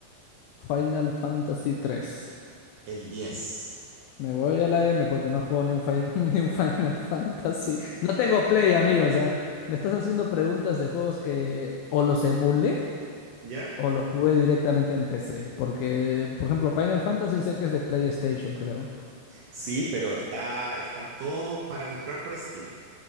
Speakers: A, on the left; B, on the right.
A: Final Fantasy 3.
B: El diez.
A: Me voy a la M porque no juego ni un, Fi- <laughs> ni un Final Fantasy. No tengo Play, amigo. O sea, me estás haciendo preguntas de juegos que o los emulé
B: ¿Ya?
A: o los jugué directamente en PC. Porque, por ejemplo, Final Fantasy sé que es de PlayStation, creo.
B: Sí, pero está, están todos para comprar por Steam.